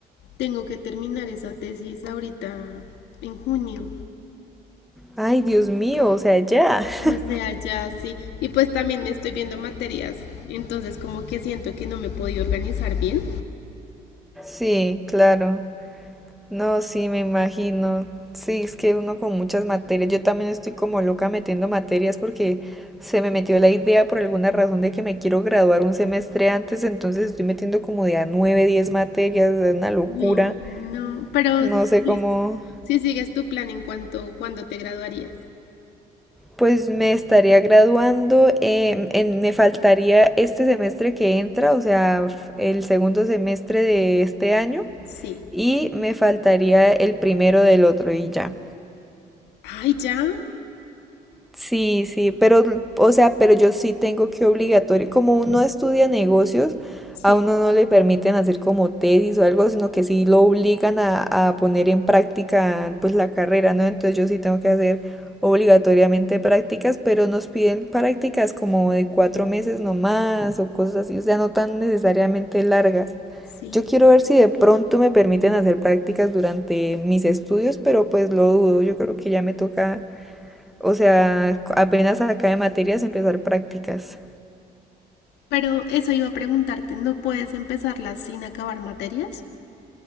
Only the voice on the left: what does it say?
tengo que terminar esa tesis ahorita en junio.
O
sea, ya sí. Y pues también estoy viendo materias, entonces como que siento que no me he podido organizar bien.
Uy, no, pero
sí,
sí sigues tu plan en cuanto cuando te graduarías.
Sí.
Ay, ya.
Sí,
sí.
Pero eso iba a preguntarte, ¿no puedes empezarlas sin acabar materias?